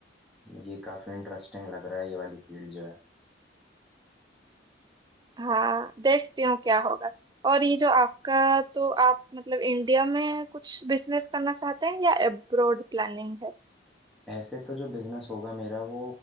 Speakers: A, in the centre; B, on the right.
A: ये काफी इंटरेस्टिंग लग रहा है ये वाली फील्ड जो है
B: हाँ देखती हूँ क्या होगा और ये जो आपका तो आप मतलब इंडिया में कुछ बिजनेस करना चाहते हैं या अब्रॉड प्लानिंग है
A: ऐसे तो जो बिजनेस होगा मेरा वो